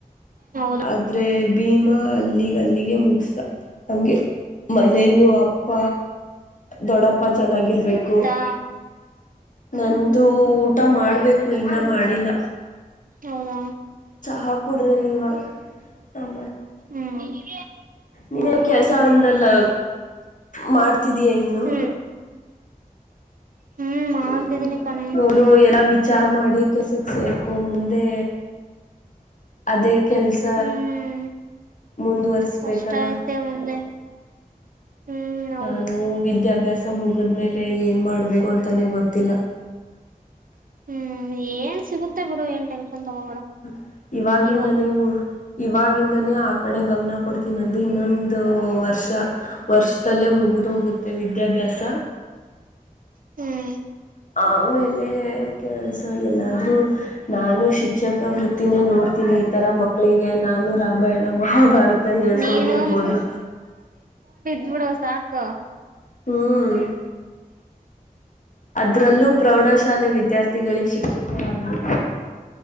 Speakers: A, on the right (about 65°); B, on the left (about 60°).
A: ಹೌದು
B: ಆದ್ರೆ ಭೀಮಾ ಅಲ್ಲಿಗೆ ಅಲ್ಲಿಗೆ ಮುಗಸ ಹೆ ಮನೇಲ್ಲೂ ಅಪ್ಪ ದೊಡ್ಡಪ್ಪ ಚೆನ್ನಾಗಿರ್ಬೇಕು
A: ಹಾ
B: ನಂದು ಊಟ ಮಾಡ್ಬೇಕು ಇನ್ನೂ ಮಾಡಿಲ್ಲ
A: ಅವೌದ
B: ಚಹಾ ಕುೂಡುದವಿ ಇವಾಗ ಆ
A: ಹ್ಮ್
B: ನೀನ್ ಕೆಲ್ಸ ಅಂದಲ್ಲ ಮಾಡ್ ಮಾಡತಿದಯಾ ಇನ್ನು
A: ಹ್ಮ್ ಹ್ಮ್ ಮಾಡ್ತಿದ್ದೀನಿ
B: ಹ್ಮ್
A: ಕಣೆ
B: ನೋಡು ಎಲ್ಲಾ ವಿಚಾರ ಮಾಡಿ ಕೆಸಕ್ ಸೇರ್ ಮುಂದೆ ಅದೇ ಕೆಲಸ
A: ಹ್ಮ್
B: ಮುಂದುವರೆಸ್ಬೇಕಲ್ಲ
A: ಕಷ್ಟ ಐತೆ ಮುಂದೆ ಹ್ಮ್ ಹೌದು
B: ನಾನು ವಿದ್ಯಾಭ್ಯಾಸ ತ ಮುಗದ ಮೇಲೆ ಏನ್ ಮಾಡಬೇಕು ಅಂತಾನೇ ಗೊತ್ತಿಲ್ಲ
A: ಹ್ಮ್ ಏನ್ ಸಿಗುತ್ತೆ ಬಿಡು ಏನ್ ತಗೋಬೇಡ
B: ಹ್ಮ ಇವಾಗಿಂದನೇ
A: ಇವಾಗ
B: ಇವಾಗಿಂದಾನೇ ಆ ಕಡೆ ಗಮನ ಕೊಡ್ತೀನಿ ನನ್ ದು ಇನ್ನೊಂದು ವರ್ಷ ವರ್ಷದಲ್ಲೇ ಮುಗಿದು ಹೋಗುತ್ತೆ ವಿದ್ಯಾಭ್ಯಾಸ
A: ಹ್ಮ್
B: ಆಮೇಲೆ ಕೆಲ್ಸ ಎಲ್ಲಾದ್ರೂ ನಾನು ಶ ಶಿಕ್ಷಕ ವೃತ್ತಿನೇ ನೋಡ್ತೀನಿ ಈ ತರ ಮಕ್ಕಳಿಗೆ ನಾನು ರಾವ ರಾಮಾಯಣ ಮಹಾಭಾರತ ಹೇಳ್ಕೊಂಡಿರ್ಬೋದು
A: ನೀನು ನೂಡ ಸಾಕು
B: ಹ್ಮ್ ಅದ್ರಲ್ಲೂ ಪ್ರೌಢಶಾಲೆ
A: ಹ್ಮ್
B: ವಿದ್ಯಾರ್ಥಿ ಗಳಿಗೆ ಶಿಕ್ಷಕ ಆಗ್ಲಿ